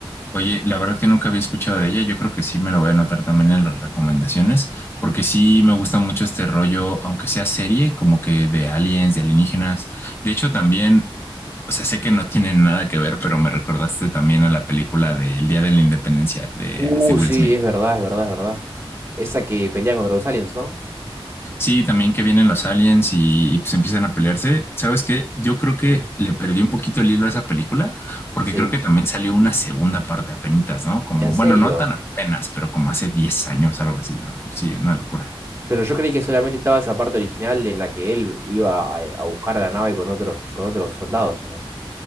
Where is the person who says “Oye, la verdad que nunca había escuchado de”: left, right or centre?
Left